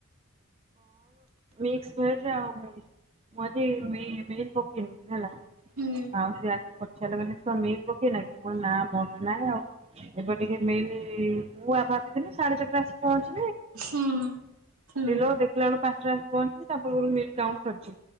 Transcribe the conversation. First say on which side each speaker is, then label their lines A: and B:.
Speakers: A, on the right; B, on the right.
A: ମିକସ ଭେଜ ମ ମ ମେନ ପକି ହେଲା।
B: ହୁଁ
A: ମାଉ ସେ ଆସି ଲ ଦେଖ ମିଲ୍ ପକେଇ ନଁ କି ମୋ ନାଁ ମନ ନାହିଁ ଆଉ ଏବେ ଟିକେ ମିଲ୍ ମୁଁ ଆ ଭାବିଥିଲି ସାଢେ ଚାରିଟା ଆସି ପହଞ୍ଚି
B: ହୁଁ ହୁଁ
A: ତୁମସ ପକମ ଦେଖିଲା ବେକୁ ପାଟାସ ପହଞ୍ଚୁି ତାର ମାଉଟ ସରିଛି